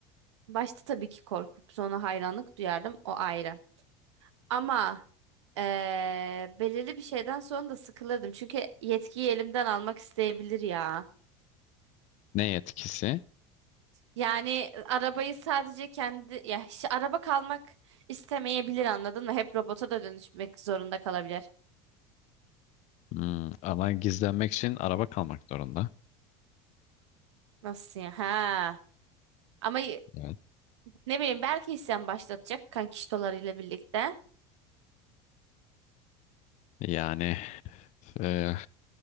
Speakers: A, on the right; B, on the left.
A: başta tabii ki korkup sonra hayranlık duyardım o ayrı. Ama eee, belirli bir şeyden sonra da sıkılırdım. Çünkü yetkiyi elimden almak isteyebilir ya.
B: Ne etkisi?
A: Yani e, arabayı sadece kendi ya hiç araba kalmak istemeyebilir anladın mı? Hep robota da dönüşmek zorunda kalabilir.
B: Hmm, ama gizlenmek için araba kalmak zorunda.
A: Nasıl ya? Ha. Ama y-
B: Evet.
A: ne bileyim belki isyan başlatacak kankiştolarıyla birlikte.
B: Yani e,